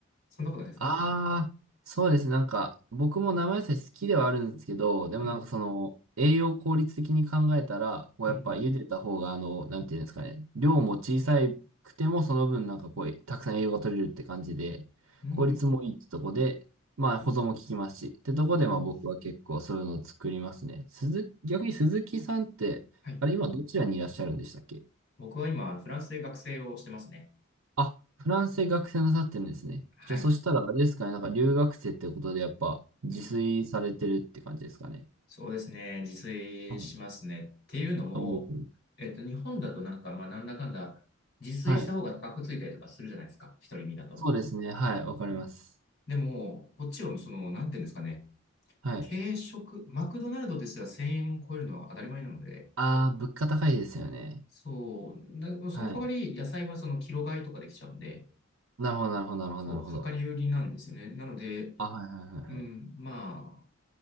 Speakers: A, on the left; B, on the right.
A: そんなことないですか
B: ああ、そうですね。なんか、僕も生野菜好きではあるんですけど、
A: うん。
B: でもなんかその、
A: うん。
B: 栄養効率的に考えたら、こうやっぱ茹でた方が、
A: うん。
B: あの、なんていうんですかね、量も小さくても、その分なんかこう、たくさん栄養が取れるって感じで、
A: うん。
B: 効率もいいってとこで、
A: うん
B: まあ保存も効きますし、ってとこで、
A: ああ。
B: まあ僕は結構そういうのを作りますね。鈴、逆に鈴木さんって、
A: はい。
B: あれ今どちらにいらっしゃるんでしたっけ
A: 僕は今、フランスで学生をしてますね。
B: あ、フランスで学生なさってるんですね。
A: はい。
B: じゃあ、そしたらあれですかね、なんか留学生ってことでやっぱ自炊されてるって感じですかね。
A: うん。そうですね。自炊しますね。
B: はい。
A: っていうのも、
B: おー
A: えっと、日本だとなんか、まあ、なんだかんだ、自炊した方が高くついたりとかするじゃないですか。
B: はい。
A: 一人身だと。
B: そうですね。はい。わかります。
A: うん。でも、こっちはその、なんていうんですかね。
B: はい。
A: 軽食、マクドナルドですら1000円超えるのは当たり前なので、
B: ああ、物価高いですよね。
A: そう、だその代わり野菜はそのキロ買いとかできちゃうんで、
B: はい。なるほど、なるほど、なるほど、
A: そう、
B: なるほど。
A: 量り売りなんですよね。なので、
B: あ、はい、はい、はい、
A: うん、
B: はい。
A: まあ、